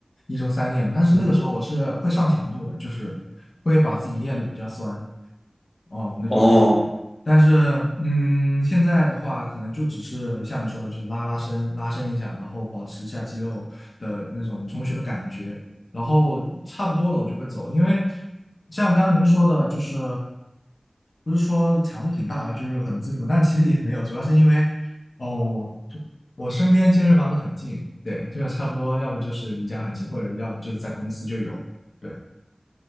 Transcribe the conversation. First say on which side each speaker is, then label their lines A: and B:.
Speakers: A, on the left (about 70°); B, on the left (about 50°).
A: 一周三练嘛但是那个时候我是会上强度的，
B: 嗯哼
A: 就是会把自己练的比较酸，哦，那种感觉。
B: 哦。
A: 但是，嗯，现在的话，可能就只是像你说的，就是拉拉伸、拉伸一下，然后保持一下肌肉的那种充血的感觉，然后差不多了，我就会走。因为像刚刚您说的，就是不是说强度挺大的就是很自律嘛，但其实也没有，主要是因为哦，就我身边健身房都很近，对，就是差不多，要不就是离家很近，或者要不就是在公司就有。对。